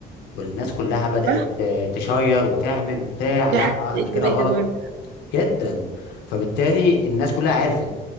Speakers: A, on the left (about 85°); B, on the right (about 80°).
A: والناس كلها بدأت
B: صح
A: آه، تشير وتعمل وبتاع لا
B: دي حاجه ايجابيه
A: آه، ده كده غلط
B: برضه
A: جدا فبالتالي الناس كلها عرفت